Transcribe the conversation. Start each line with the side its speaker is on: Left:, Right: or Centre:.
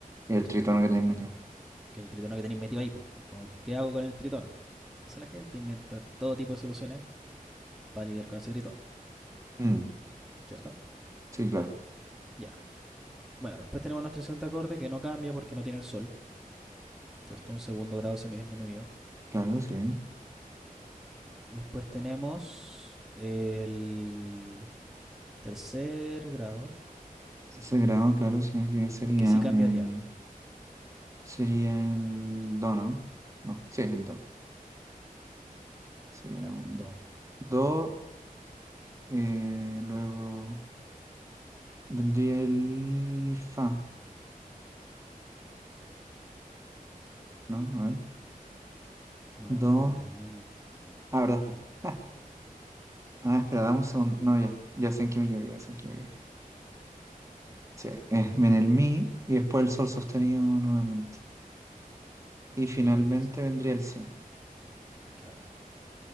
Right: El
Centre: ¿cachai?
Right: tritono que tenés metido.
Centre: Que el tritono que tenéis metido ahí, po, es como, ¿qué hago con el tritono? Entonces la gente inventa todo tipo de soluciones para lidiar con ese tritono,
Right: Mm,
Centre: ¿cierto?
Right: sí, claro.
Centre: Ya, Bueno, después tenemos nuestro siguiente acorde que no cambia porque no tiene el sol, ¿cierto? Un segundo grado semidisminuido.
Right: Claro, sí. El
Centre: Después tenemos el tercer grado,
Right: sagrado, claro, sí, que sería
Centre: que sí cambiaría.
Right: un. Sería el do, ¿no? No, sí, el do. Sería
Centre: Claro,
Right: un
Centre: el do.
Right: do. eh, luego vendría el fa, ¿no? A ver.
Centre: No,
Right: Do.
Centre: vendría el mi.
Right: Ah, ¿verdad? Pues, <laughs> Ah, ah, espera, dame un segundo. No, ya. Ya sé en qué me equivoqué, ya sé en qué me equivoqué. Sí, eh, viene el mi y después el sol sostenido nuevamente. Y finalmente
Centre: Claro, entonces,
Right: vendría el si.
Centre: claro.